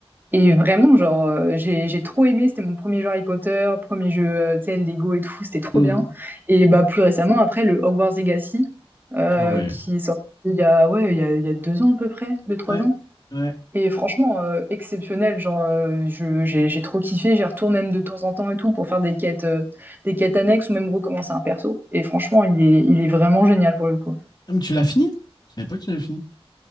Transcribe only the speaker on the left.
Mhm.
Ah ouais.
Ouais.
Ouais.
Ah, mais tu l'as fini? Je savais pas que tu l'avais fini.